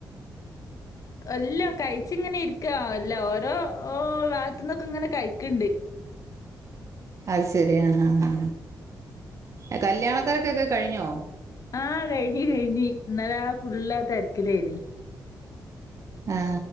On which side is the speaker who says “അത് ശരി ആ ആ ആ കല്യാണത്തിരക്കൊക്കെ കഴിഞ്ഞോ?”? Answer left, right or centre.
Right